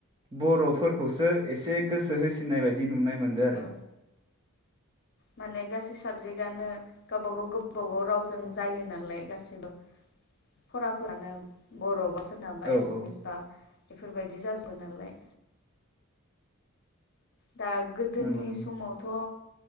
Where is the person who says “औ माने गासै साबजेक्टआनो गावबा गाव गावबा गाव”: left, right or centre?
Left